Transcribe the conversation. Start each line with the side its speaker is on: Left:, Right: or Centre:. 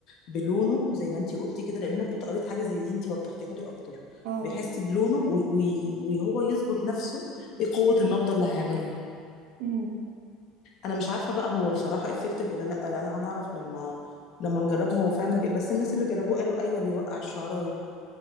Left: بلونه زي ما انت قلتي كده لان انا كنت قريت حاجة زي دي انت وضحتيها لي اكتر
Right: اه آه.
Left: بيحس بلونه و- و- وهو يظبط نفسه ايه قوة النبضة اللي هيعملها
Right: امم
Left: انا مش عارفة بقى هو بصراحة افكتيف ولا لا هنعرف لما لما نجربه هو فعلا بي... بس الناس اللي جربوه قالوا ايوه بيوقع الشعرايه